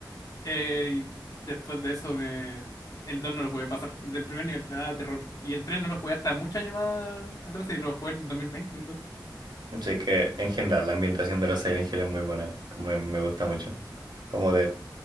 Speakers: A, on the left (about 50°); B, on the right (about 70°).
A: Eh, y después de eso, me... el 2 no lo pude pasar. Desde el primer nivel me daba terror. Y el 3 no lo jugué hasta muchos años más atrás y lo jugué el 2020, el 2.
B: Así que en general la ambientación de la Silent Hill es muy buena, como me me gusta mucho. Como de,